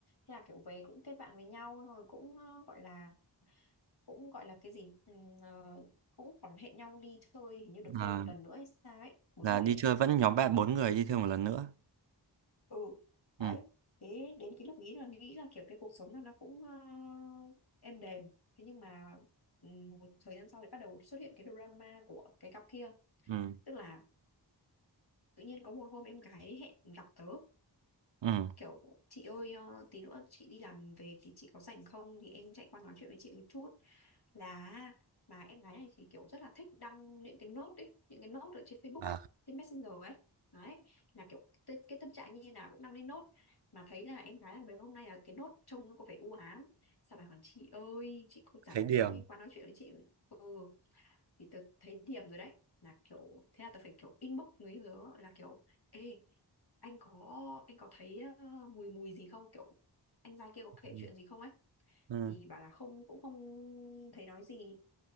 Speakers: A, on the left (about 60°); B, on the right (about 75°).
A: thế là kiểu về cũng kết bạn với nhau rồi cũng ờ, gọi là cũng gọi là cái gì ừ, ờ, cũng còn hẹn nhau đi chơi hình như được
B: À,
A: thêm một lần nữa hay sao ấy bốn
B: là
A: người
B: đi
A: ấy
B: chơi vẫn nhóm bạn
A: Thì-
B: bốn người đi thêm một lần nữa
A: ừ đấy
B: ừ.
A: thế đến cái lúc ý là nghĩ là kiểu cái cuộc sống nó nó cũng ờ, êm đềm thế nhưng mà ừ, một thời gian sau thì bắt đầu xuất hiện cái drama của cái cặp kia
B: ừ
A: tức là tự nhiên có một hôm em gái hẹn gặp tớ
B: ừ
A: kiểu chị ơi ờ, tí nữa chị đi làm về thì chị có rảnh không thì em chạy qua nói chuyện với chị một chút là mà em gái này thì kiểu rất là thích đăng những cái nốt ấy những cái nốt ở trên Facebook
B: à
A: ấy trên Messenger ấy đấy là kiểu cái, cái tâm trạng như nào cũng đăng lên nốt mà thấy là em gái là mấy hôm nay là cái nốt trông nó có vẻ u ám sao bà còn chị ơi chị có rảnh
B: thấy điểm
A: không em qua nói chuyện với chị ừ thì tớ thấy điểm rồi đấy là kiểu thế là tớ phải kiểu inbox người yêu tớ là kiểu ê anh có anh có thấy ờ, mùi mùi gì không kiểu anh giai kia có kể
B: ừ
A: chuyện gì không ấy
B: ừ
A: thì bảo là không cũng không thấy nói gì